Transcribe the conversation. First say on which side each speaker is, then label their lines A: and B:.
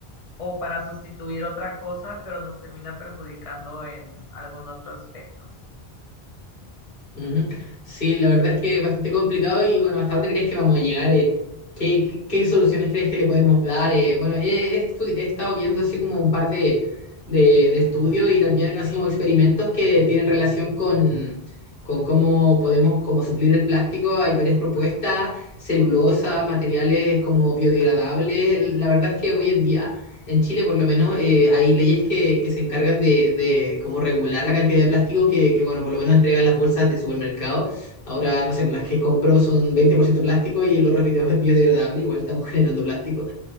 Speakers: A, on the left; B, on the left.
A: o para sustituir otra cosa, pero nos termina perjudicando en algún otro aspecto.
B: Ujú. Sí, la verdad es que es bastante complicado y bueno, ¿hasta dónde crees que vamos a llegar? eh? ¿Qué, qué- qué soluciones crees que le podemos dar? eh? Bueno, he, he estu- he estado viendo así como un par de, de- de estudios y también así
A: Sí,
B: como experimentos que tienen relación con, con cómo podemos como suplir el plástico. Hay varias propuestas,
A: ujú,
B: celulosa, materiales como biodegradables. La verdad es
A: sí,
B: que hoy en día en Chile, por lo menos, eh, hay leyes que, que se encargan de, de como regular la cantidad de plástico que, que, bueno, por lo menos entregan las bolsas de supermercado. Ahora, no sé, por las que compro son 20% plástico y el otro es bio- biodegradable, igual estamos <laughs> generando plástico.